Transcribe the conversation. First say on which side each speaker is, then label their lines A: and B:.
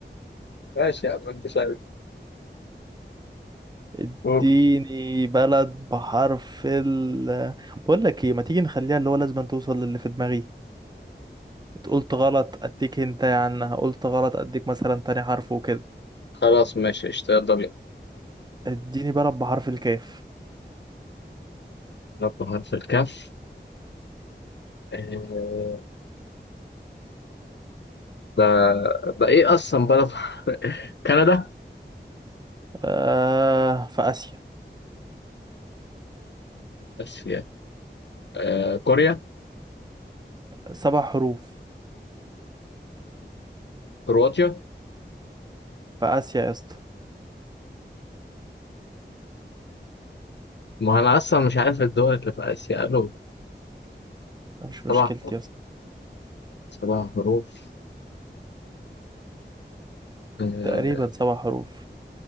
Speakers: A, on the left (about 70°); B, on the right (about 25°).
A: ماشي يا عم انت شايف
B: اديني
A: أوه.
B: بلد بحرف ال بقول لك ايه ما تيجي نخليها اللي هو لازم أن توصل للي في دماغي قلت غلط اديك انت عنها قلت غلط اديك مثلا تاني حرف وكده
A: خلاص ماشي قشطة يلا بينا
B: اديني بلد بحرف الكاف
A: ولد بحرف الكاف آه، ده ده ايه اصلا بلد <laughs> كندا
B: آه في اسيا
A: اسيا آه، كوريا
B: سبع حروف
A: كرواتيا
B: في اسيا يا اسطى
A: ما أنا أصلا مش عارف الدول اللي في آسيا قالوا
B: مش
A: سبع
B: مشكلتي
A: حروف
B: يا اسطى
A: سبع حروف آه،
B: تقريبا سبع حروف